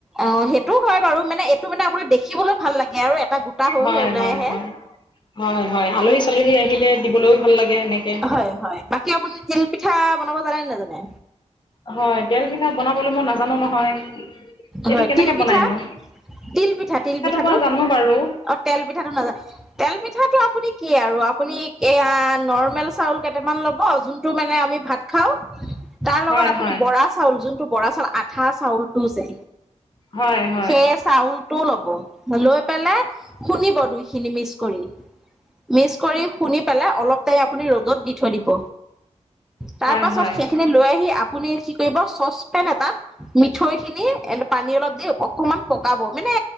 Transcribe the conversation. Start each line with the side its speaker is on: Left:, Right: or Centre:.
Centre: অ' সেইটোও হয় বাৰু মানে এইটো মানে আপোনাক দেখিবলৈ ভাল লাগে আৰু এটা গোটা হৈ
Left: হয়
Centre: হৈ ওলাই
Left: হয়
Centre: আহ।
Left: হয় হয় হয় আলহী চালহী আহিলে দিবলৈও ভাল লাগে এনেকে।
Centre: হয় হয় বাকী আপুনি তিল পিঠা বনাব জানে নে নাজানে?
Left: হয় তেল পিঠা বনাবলৈ মই নাজানো নহয়। এইটো
Centre: হয়
Left: কেনেকে
Centre: তিল পিঠা,
Left: বনাইনো
Centre: তিল পিঠা তিল পিঠাটো?
Left: বাৰু জানো বাৰু
Centre: অ' তেল পিঠাটো নাজানে তেল পিঠাটো আপুনি কি আৰু আপুনি এয়া নৰ্মেল চাউল কেইটামান ল'ব যোনটো মানে আমি ভাত খাওঁ। তাৰ লগত
Left: হয়
Centre: আপুনি
Left: হয়
Centre: বৰা চাউল যোনটো বৰা চাউল আঠা চাউলটো যে।
Left: হয় হয়
Centre: সেই চাউলটোও ল'ব। লৈ পেলাই খুনিব দুইখিনি মিচ কৰি। মিচ কৰি শুনি পেলাই অলপ টাইম আপুনি ৰ'দত দি থৈ দিব। তাৰ
Left: হয়
Centre: পাছত
Left: হয়
Centre: সেইখিনি লৈ আহি আপুনি কি কৰিব চচপেন এটাত মিঠৈ খিনি এ পানী অলপ দি অকমান পকাব মানে